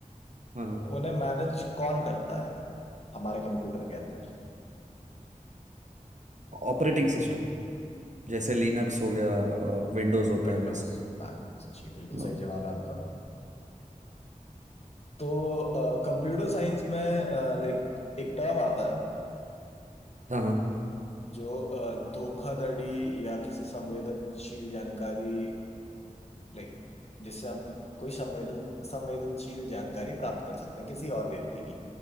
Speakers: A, on the right; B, on the left.
A: हाँ हाँ
B: उन्हें मैनेज कौन करता है हमारे कंप्यूटर के अंदर
A: ऑपरेटिंग सिस्टम जैसे लिनक्स हो गया विंडोज होता
B: विंडोज
A: है वैसे
B: मैकओएस जी बिल्कुल
A: हाँ
B: सही जवाब है आपका तो कंप्यूटर साइंस में लाइक एक टर्म आता है
A: हाँ हाँ,
B: जो अ, धोखाधड़ी या किसी संवेदनशील जानकारी लाइक जिससे हम कोई संवेदन संवेदनशील जानकारी प्राप्त कर सकते हैं किसी और व्यक्ति की